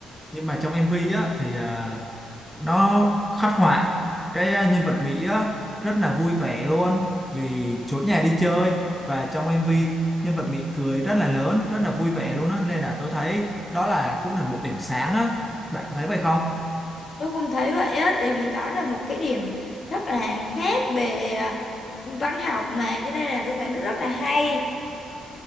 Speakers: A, in the centre; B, on the left.
A: nhưng mà trong MV á thì à, nó khắc họa cái à, nhân vật Mỹ á rất là vui vẻ luôn vì trốn nhà đi chơi và trong MV nhân vật Mỹ cười rất là lớn rất là vui vẻ luôn á nên là tôi thấy đó là cũng là một điểm sáng á bạn có thấy vậy không
B: tôi cũng thấy vậy á tại vì đó là một cái điểm rất là khác về à, văn học mà cho nên là tôi thấy nó rất là hay